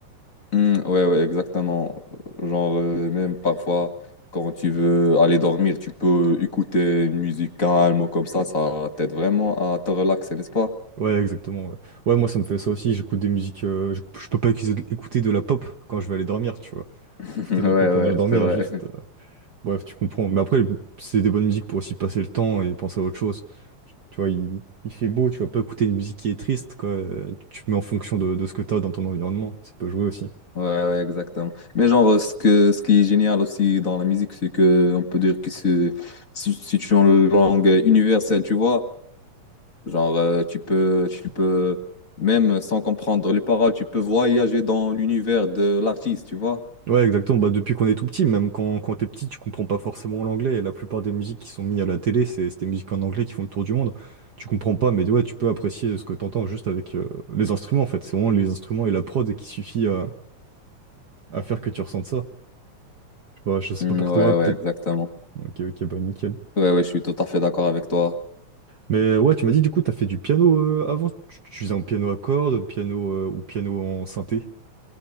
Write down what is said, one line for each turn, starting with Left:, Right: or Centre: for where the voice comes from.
Left: Hmm, ouais, ouais, exactement. Genre, euh, même parfois, quand tu veux aller dormir, tu peux écouter une musique calme ou comme ça, ça t'aide vraiment à te relaxer, n'est-ce pas?
Right: Ouais, exactement. Ouais, Ouais, moi, ça me fait ça aussi. J'écoute des musiques. euh, je, je peux pas écouter écouter de la pop quand je vais aller dormir, tu vois.
Left: <laughs>
Right: Écouter
Left: Ouais,
Right: de la pop
Left: ouais,
Right: en allant dormir,
Left: c'est vrai.
Right: juste. Bref, tu comprends. Mais après, c'est des bonnes musiques pour aussi passer le temps et penser à autre chose. Tu, tu vois, il, il fait beau, tu vas pas écouter une musique qui est triste, quoi. Euh, Tu mets en fonction de, de ce que t'as dans ton environnement. Ça peut jouer aussi.
Left: Ouais, ouais, exactement. Mais genre, euh, ce que, ce qui est génial aussi dans la musique, c'est que on peut dire que c'est si, si tu es en langue euh, universelle, tu vois. Genre, euh, tu peux, tu peux, même sans comprendre les paroles, tu peux voyager dans l'univers de l'artiste, tu vois.
Right: Ouais, exactement. Bah, depuis qu'on est tout petit, même quand, quand t'es petit, tu comprends pas forcément l'anglais. Et la plupart des musiques qui sont mises à la télé, c'est c'est des musiques en anglais qui font le tour du monde. Tu comprends pas, mais ouais, tu peux apprécier ce que t'entends juste avec euh, les instruments, en fait. C'est vraiment les instruments et la prod qui suffit à, à faire que tu ressentes ça. Je sais pas, je sais
Left: Mm,
Right: pas pour
Left: ouais,
Right: toi, peut-être.
Left: ouais, exactement.
Right: Ok, ok, bah nickel.
Left: Ouais, ouais, je suis tout à fait d'accord avec toi.
Right: Mais euh, ouais, tu m'as dit du coup, t'as fait du piano euh, avant. Tu, tu faisais un piano à cordes, piano euh, ou piano en synthé.